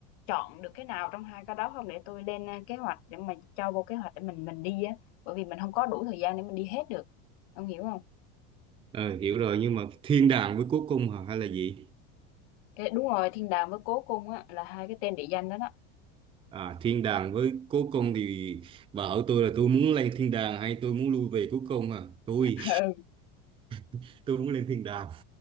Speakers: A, on the left (about 70°); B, on the right (about 15°).
A: chọn được cái nào trong hai cái đó không để tôi lên ờ, kế hoạch để mà cho vô kế hoạch để mình mình đi á bởi vì mình không có đủ thời gian để mình đi hết được ông hiểu không
B: Ờ, hiểu rồi nhưng mà thiên đàng với cố cung hả hay là gì?
A: cái đúng rồi thiên đàng với cố cung á là hai cái tên địa danh đó đó
B: À, thiên đàng với cố cung thì bà hỏi tôi là tôi muốn lên thiên đàng hay tôi muốn lui về cố cung à? Tôi
A: <laughs> ừ.
B: <laughs> tôi muốn lên thiên đàng.